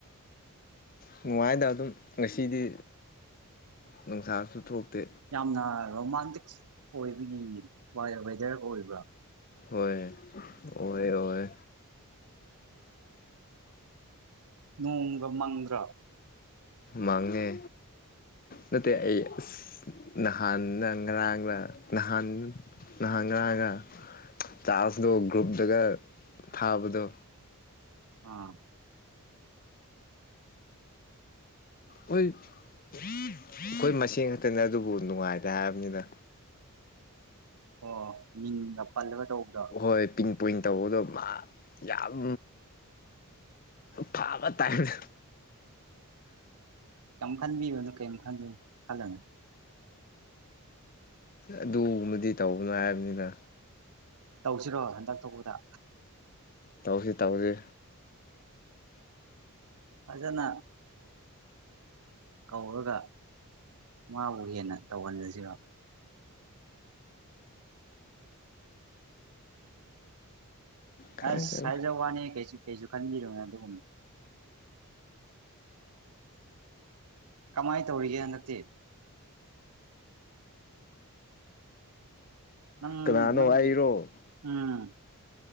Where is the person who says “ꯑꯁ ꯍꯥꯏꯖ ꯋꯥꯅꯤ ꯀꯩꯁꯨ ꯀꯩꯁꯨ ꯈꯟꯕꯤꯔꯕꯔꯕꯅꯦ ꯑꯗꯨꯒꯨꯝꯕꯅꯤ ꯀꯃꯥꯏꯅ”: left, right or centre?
Right